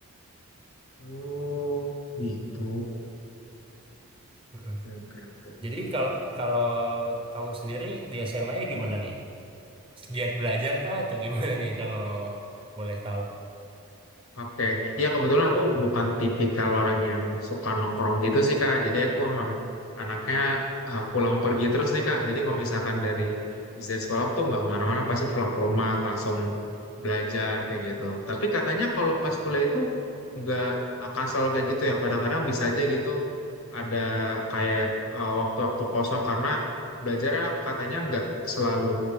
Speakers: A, on the left; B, on the right.
A: Oh, gitu.
B: Mm-mm.
A: Oke, oke, oke.
B: Jadi kalau kalau kamu sendiri di SMA-nya gimana nih? Giat belajar kah atau gimana nih kalau boleh tahu?
A: Oke. Ya kebetulan aku bukan tipikal orang yang suka nongkrong gitu sih, Kak. Jadi aku emang anaknya uh, pulang pergi terus nih, Kak. Jadi kalau misalkan dari habis dari sekolah aku tuh nggak kemana-mana, pasti pulang ke rumah langsung belajar kayak gitu. Tapi katanya kalau pas kuliah itu nggak akan selalu kayak gitu ya. Kadang-kadang bisa aja gitu ada kayak uh, waktu-waktu kosong karena belajar ya, katanya nggak selalu